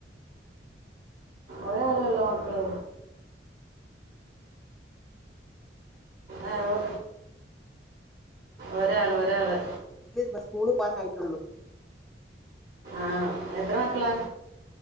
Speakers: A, on the right; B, in the centre.
A: ഒരാളെള്ളാേ മക്കള് ആ ഒ ഒരാള് ഒരാള്
B: <unintelligible> സ്കൂള് പോനായ്ട്ടൊള്ളൂ
A: ആണോ എത്ര മക്കളാ